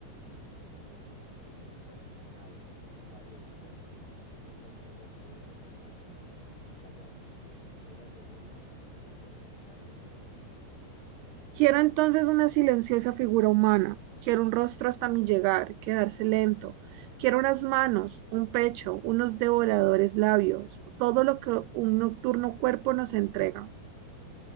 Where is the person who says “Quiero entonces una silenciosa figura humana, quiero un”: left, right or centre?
Right